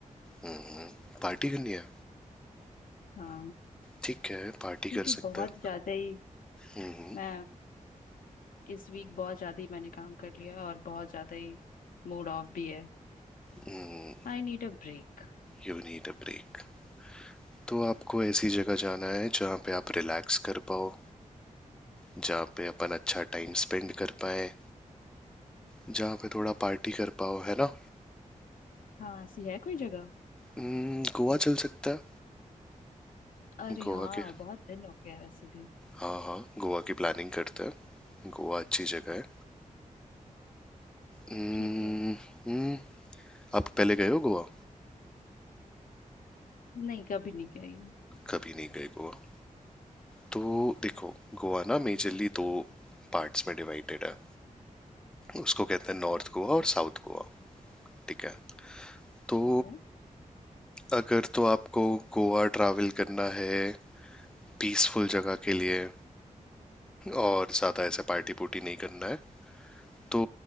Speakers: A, in the centre; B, on the left.
A: हम्म पार्टी करनी है
B: हाँ
A: ठीक है पार्टी
B: क्योंकि
A: कर सकते
B: बहुत
A: हैं
B: ज्यादा ही
A: हम्म
B: मैं इस वीक बहुत ज्यादा ही मैंने काम कर लिया है और बहुत ज्यादा ही मूड ऑफ भी है
A: हम्म
B: I need a break
A: You need a break तो आपको ऐसी जगह जाना है जहाँ पे आप रिलैक्स कर पाओ जहाँ पे अपन अच्छा टाइम स्पेंड कर पाए जहाँ पे थोड़ा पार्टी कर पाओ है ना
B: हाँ ऐसी है कोई जगह
A: हम्म, गोवा चल सकता है
B: अरे
A: गोवा
B: हाँ
A: के
B: बहुत दिन हो गया वैसे भी
A: हाँ हाँ गोवा की प्लानिंग करते हैं गोवा अच्छी जगह है हम्म,
B: ठीक है
A: हम्म, आप पहले गए हो गोवा
B: नहीं कभी नहीं गई
A: कभी नहीं गए गोवा तो देखो गोवा ना मेजरली दो पार्ट्स में डिवाइडेड है उसको कहते हैं नॉर्थ गोवा और साउथ गोवा ठीक है तो
B: ठीक है
A: अगर तो आपको गोवा ट्रैवल करना है पीसफुल जगह के लिए और ज़्यादा ऐसे पार्टी पुर्टी नहीं करना है तो